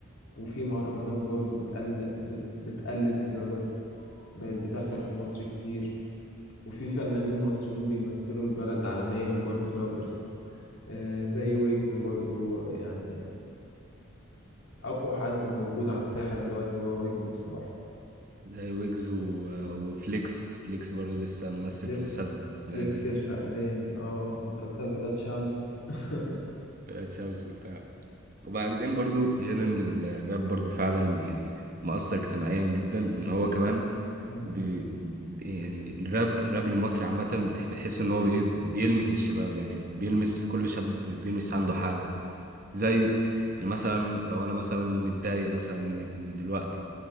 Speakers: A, on the left (about 85°); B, on the right (about 40°).
A: وفي مهرجانات برضو بتقل بت... بتقلد الرابرز بقت بتحصل في مصر كتير وفي فنانين مصريين بيمثلوا البلد عالميا برضو رابرز آه، زي ويجز برضو يعني أقوى حد موجود على الساحة دلوقتي هو ويجز بصراحة
B: زي ويجز و... وفليكس فليكس برضو لسه ممثل
A: فليكس
B: في مسلسل السنه
A: فليكس
B: دي
A: الفقدان اه مسلسل ولاد شمس <laughs>
B: ولاد شمس وبتاع وبعدين برضو غير ان ال- الراب برضو فعلا يعني مؤثر اجتماعيا جدا ان هو كمان
A: مم.
B: بي بي- يعني الراب الراب المصري عامة بتح- بتحس ان هو ايه بيلمس الشباب يعني بيلمس في كل شاب بيلمس عنده حاجة زي يعني مثلا لو انا مثلا متضايق مثلا دلوقتي